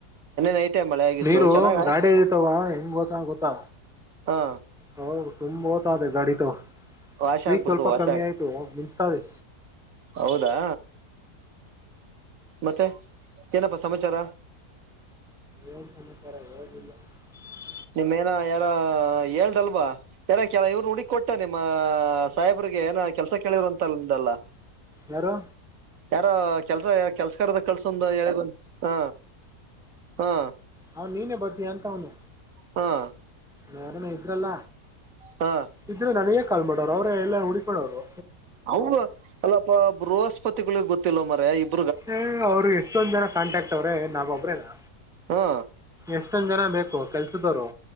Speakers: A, on the right; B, in the centre.
A: ನೈಟೇ ಮಳೆ ಆಗಿತ್ತು
B: <inaudible> ನೀರು
A: ಚೆನ್ನಾಗ್ ಆಯ್ತು
B: ಗಾಡಿ ಇತಾವ ಹೆಂಗ್ ಹೋತ್ತಾನಗೊತ್ತಾ,
A: ಹಾ
B: ಹೌ, ತುಂಬ ಓತದೆ ಗಾಡಿ ತವ
A: ವಾಶ
B: ಈಗ
A: ಆಗ್ಬಿಡ್ತು
B: ಸ್ವಲ್ಪ
A: ವಾಶ
B: ಕಮ್ಮಿ ಆಯ್ತು ಹೋಗ ಮಿಂಚ್ತದೆ.
A: ಹೌದಾ, ಮತ್ತೆ ಏನಪ್ಪಾ ಸಮಾಚಾರ.
B: ಏನ್ ಸಮಾಚಾರ ಹೇದಿಲ್ಲ <unintelligible>
A: ನಿಮ್ಮೇನ ಯಾರ ಹೇಳ್ದಲ್ವಾ ಯಾರ ಕೆಲ ಇವ್ರ ಹುಡುಗ ಕೊಟ್ಟ ನಿಮ್ಮ ಸಾಹೇಬ್ರ ಏನ ಕೆಲಸ ಕೇಳಿರಂತಲ್ಲ
B: ಯಾರೋ
A: ಯಾರ ಕೆಲ್ಸ ಕೆಲ್ಸಕಾರದ ಕಳ್ಸಂದು ಹೇಳದ ಹ ಹಾ
B: ಹ ನೀನೇ ಬತ ಅಂತ ಅವನು
A: ಹಾ
B: ಯಾರನ ಇದ್ರಲ್ಲ
A: ಹಾ
B: ಇದ್ರೆ ನನಗೇ ಕಾಲ್ ಮಾಡೋರು ಅವ್ರ ಎಲ್ಲ ಹುಡಕಳೋರು
A: ಅವ ಅಲ್ಲಪ ಬೃಹಸ್ಪತಿಗಳಿಗೆ ಗೊತ್ತಿಿಲ್ಲವ ಮರ ಇಬ್
B: ಏ ಅವ್ರಿಗೆ ಎಷ್ಟೊಂದ್ ಜನ ಕಾಂಟ್ಯಾಕ್ಟ್ ಅವ್ರೆ ನಾವೊಬ್ರೇನಾ
A: ಹಾ
B: ಎಷ್ಟೊಂದ ಜನ ಬೇಕು ಕೆಲ್ಸದವರು